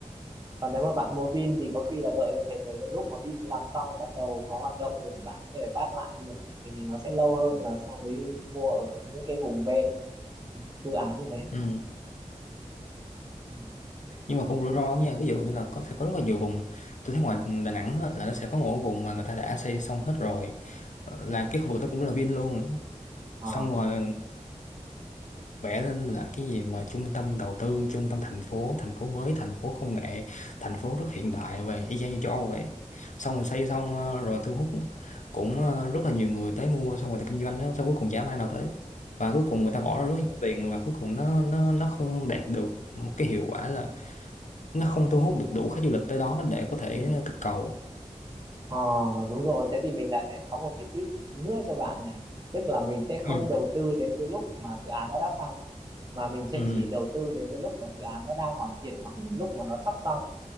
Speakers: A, on the right; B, on the left.
A: còn nếu mà bạn mua Vin thì có khi là đợi đến phải đợi đến lúc mà Vin làm xong bắt đầu có hoạt động rồi thì bạn có thể phát lại được thì nó sẽ lâu hơn là so với mua ở những cái vùng ven dự án như thế
B: ừ
A: ừ.
B: nhưng mà cũng rủi ro lắm nha ví dụ như là có sẽ có rất là nhiều vùng tôi thấy ngoài Đà Nẵng á, là nó sẽ có một cái vùng mà người ta đã xây xong hết rồi Ờ, là cái khu vực đó cũng là Vin luôn
A: Ờ.
B: xong rồi vẽ lên là cái gì mà trung tâm đầu tư trung tâm thành phố thành phố mới thành phố công nghệ thành phố rất hiện đại về y chang như châu Âu vậy xong rồi xây xong ờ, rồi thu hút cũng ờ, rất là nhiều người tới mua xong người ta kinh doanh đó, xong cuối cùng chả ai nào tới và cuối cùng người ta bỏ ra rất nhiều tiền và cuối cùng nó nó nó không đạt được một cái hiệu quả là nó không thu hút được đủ khách du lịch tới đó để có thể
A: Ừ. <laughs>
B: kích cầu
A: Ờ đúng rồi, thế thì mình lại sẽ có một cái tip nữa cho bạn này. Tức là mình sẽ không
B: Ừ.
A: đầu tư đến cái lúc mà dự án nó đã xong, mà mình sẽ
B: ừ
A: chỉ đầu tư đến cái lúc mà dự án nó đang hoàn thiện hoặc là lúc mà nó sắp xong.